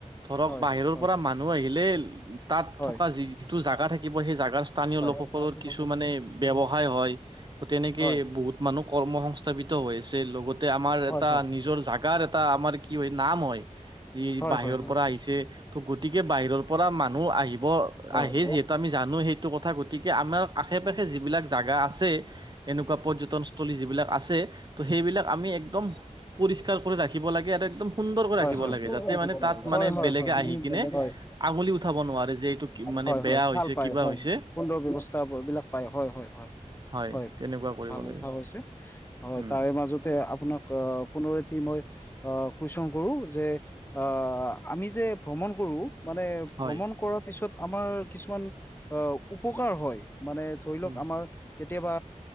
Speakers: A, on the right; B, on the left.
A: ধৰক
B: হয়
A: বাহিৰৰ
B: হয়
A: পৰা মানুহ আহিলে, তাত
B: হয়
A: থকা যি-যিটো জোগা থাকিব, সেই যাগাৰ স্থানীয়
B: হয়
A: লোকসকলৰ
B: হয় হয়
A: কিছু
B: হয়
A: মানে ব্যৱসায় হয়। ত', তেনেকে
B: হয়
A: বহুত মানুহ কৰ্মসং স্থাপিত হৈছে, লগতে- আমাৰ
B: হয়
A: এটা, নিজৰ যাগাৰ এটা, আমাৰ কি হয় নাম হয়, ই
B: হয়
A: বাহিৰৰ
B: হয় হয় হয়
A: পৰা আহিছে। সেই ত' গতিকে বাহিৰৰ পৰা মানুহ আহিব।
B: হয়
A: আহে
B: হয়
A: যিহেতু আমি জানো সেইটো কথা। গতিকে আমাৰ আশে-পাশে যি বিলাক যাগা আছে- এনেকুৱা পৰ্যটনস্থলী যিবিলাক আছে, ত' সেইবিলাক আমি একদম- পৰিষ্কাৰ কৰি ৰাখিব লাগে আৰু একদম- সুন্দৰকে ৰাখিব
B: হয়
A: লাগে। যাতে
B: হয় হয়
A: মানে তা'ত মানে
B: হয় হয়
A: বেলেগে
B: হয়
A: আহি কিনে আঙুলি উঠাব নোৱাৰে, যে এইটো মানে
B: হয়-হয়,
A: বেয়া হৈছে
B: ভাল পায়
A: কিবা
B: হয়,
A: হৈছে
B: সুন্দৰ ব্যৱস্থা এইবিলাক পায়, হয়-হয়-হয়।
A: হয়
B: হয়-হয়,
A: তেনেকুৱা কৰিব লাগে
B: <unintelligible> হৈছে। হয়,
A: উম
B: তাৰে মাজতে আপোনাক- পুনৰ এটি মই কুৱেশ্যন কৰো যে আহ', -আমি যে- ভ্ৰমণ কৰোঁ, মানে
A: হয়
B: ভ্ৰমণ কৰা- তাৰ পিছত আমাৰ কিছুমান আহ' উপকাৰ হয়, মানে ধৰি লওঁক
A: উম
B: আমাৰ- কেতিয়াবা